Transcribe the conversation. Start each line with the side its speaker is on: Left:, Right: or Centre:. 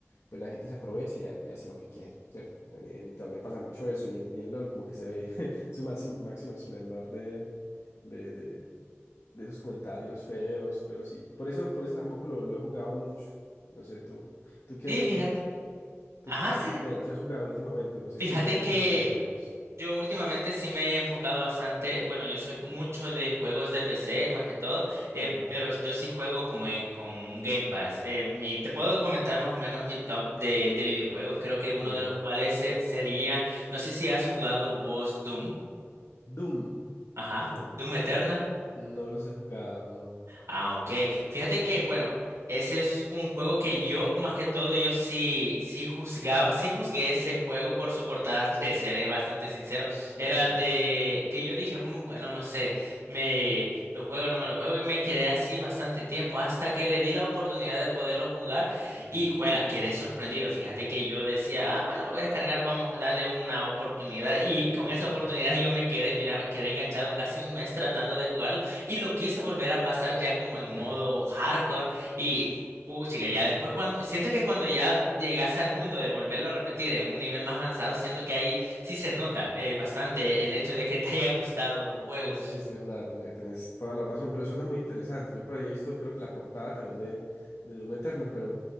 Left: pues la gente se aprovecha y, ha- y hace lo que quiere, ¿cierto? En, en Internet pasa mucho eso y en, y en LoL como que se ve <laughs> su máximo, máximo esplendor de, de, de de esos comentarios feos, pero sí. Por eso, por eso tampoco lo, lo he jugado mucho. No sé, tú, tú qué,
Right: Sí, fíjate,
Left: tú
Right: ajá,
Left: qué,
Right: sí.
Left: qué- qué has jugado últimamente, no sé
Right: Fíjate
Left: si, si te gustan
Right: que
Left: los videojuegos.
Right: Yo últimamente sí me he enfocado bastante, bueno, yo soy mucho de juegos de PC más que todo, eh,
Left: Ajá,
Right: pero yo sí juego como en, con un Game Pass. Eh, mi, te puedo comentar más o menos mi top de, de videojuegos, creo
Left: ok.
Right: que uno de los cuales se- sería, no sé si has jugado vos Doom,
Left: Doom,
Right: ajá,
Left: vos Doom.
Right: Doom Eternal.
Left: No los he jugado, no.
Right: Ah, ok. Fíjate que, bueno, ese es un juego que yo,
Left: Contame.
Right: más que todo, yo sí, sí juzgaba, sí juzgué ese juego por su portada, <laughs> te seré bastante sincero.
Left: Ok,
Right: Era de que yo dije, "Mm, bueno, no sé, me lo juego, no me lo juego, y me quedé así bastante tiempo hasta que le di la oportunidad de poderlo jugar
Left: ajá,
Right: y, juela, quedé sorprendido. Fíjate que yo decía, ah, bueno, lo voy a descargar, vamos a darle una oportunidad. Y con
Left: ok,
Right: esa oportunidad yo me quedé, mira, quedé enganchado casi un mes tratando de jugarlo. Y lo quise volver a pasar ya como
Left: ok.
Right: en modo hardcore y puchica,
Left: Wow.
Right: ya después cuando siento que cuando ya llegas al mundo de volverlo a repetir en un nivel más avanzado, siento que ahí sí se nota eh, bastante el hecho de que te haya gustado un juego.
Left: Es, es verdad, tene- tenés toda la razón, pero suena muy interesante. Yo por ahí he visto, creo que la portada también de, de Doom Eternal, pero